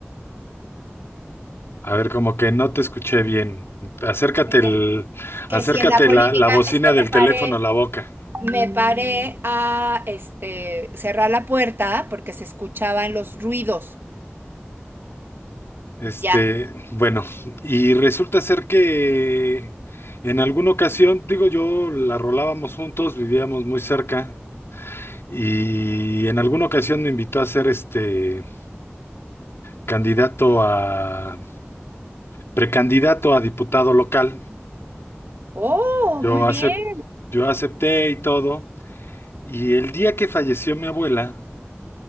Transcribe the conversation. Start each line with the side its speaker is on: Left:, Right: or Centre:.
Left: A ver, como que no te escuché bien. Acércate el,
Right: Que,
Left: acércate
Right: que si en la política,
Left: la, la bocina
Right: es que
Left: del
Right: me paré
Left: teléfono a la boca.
Right: me paré a este, cerrar la puerta porque se escuchaban los ruidos.
Left: Este,
Right: Ya.
Left: bueno, y resulta ser que en alguna ocasión, digo yo, la rolábamos juntos, vivíamos muy cerca, y en alguna ocasión me invitó a ser este candidato a, precandidato a diputado local.
Right: Oh,
Left: Yo
Right: muy bien.
Left: acep- yo acepté y todo, y el día que falleció mi abuela,